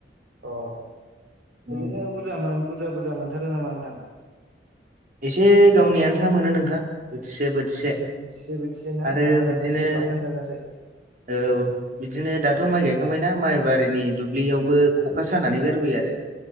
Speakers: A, on the right; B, on the right.
A: अ ओरैनो
B: उम
A: बुरजा मो-बुरजा बुरजा मोनथारो नामा नोंथां?
B: एसे गावनि आन्था मोनो नोंथां बोथिसे बोथिसे।
A: बोथिसे बोथिसे ना
B: आरो
A: न'आव
B: बिदिनो
A: जागासे बाथोन जागासे?
B: औ बिदिनो
A: अ
B: दाथ' माइ गाय खांबायना माइबारिनि दुब्लियावबो खखा सानानै गारबोयो आरो।